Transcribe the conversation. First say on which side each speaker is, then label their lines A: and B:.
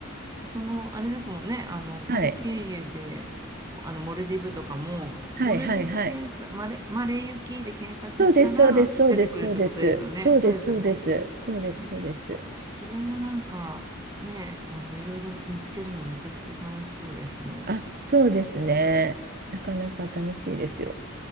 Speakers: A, on the right; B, on the right.
A: その、あれですもんね、あの、パリ経由で、
B: はい、
A: あの、モルディブとかも、
B: はい、
A: モルディブ検索、
B: はい、はい。
A: マレ、マレー行きで検索したら出てくるってことですよね。
B: そうです、そうです、そうです、そうです、そうです、
A: そうですよね。
B: そうです、そうです、
A: えー
B: そうです。
A: いやそれもなんか、ね、あの、いろいろ見つけるのめちゃくちゃ楽しそうですね。
B: あ、そうですね。なかなか楽しいですよ。